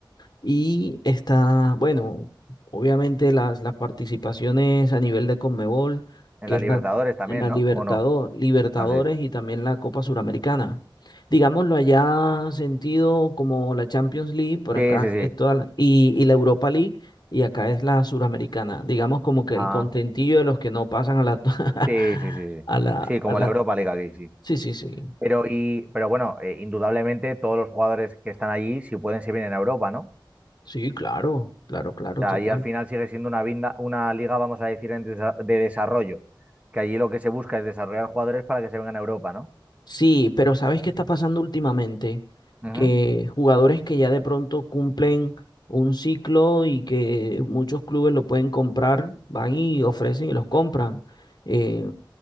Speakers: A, on the left; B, on the right.
A: y está, bueno, obviamente las, las participaciones a nivel de CONMEBOL,
B: En
A: que
B: la
A: es
B: Libertadores
A: la,
B: también,
A: en la
B: ¿no?
A: Libertador,
B: ¿O no?
A: Libertadores
B: Ah, sí.
A: y también la Copa Suramericana. Digámoslo allá sentido como la Champions League, por
B: Sí,
A: acá
B: sí, sí.
A: es toda la- y, y la Europa League, y acá es la Suramericana. Digamos como que
B: Ah,
A: el contentillo de los que no pasan a la, <laughs>
B: sí, sí, sí, sí.
A: a la,
B: Sí, como
A: a la,
B: la Europa League aquí, sí.
A: sí, sí, sí,
B: Pero, y, pero bueno, eh, indudablemente todos los jugadores que están allí, si pueden, se vienen a Europa, ¿no? O
A: sí, claro, claro, claro,
B: sea,
A: total.
B: ahí al final sigue siendo una, vinda- una liga, vamos a decir, en desa- de desarrollo, que allí lo que se busca es desarrollar jugadores para que se vengan a Europa, ¿no?
A: Sí, pero ¿sabes qué está pasando últimamente?
B: Ujú.
A: Que jugadores que ya de pronto cumplen un ciclo y que muchos clubes lo pueden comprar, van y ofrecen y los compran. Eh,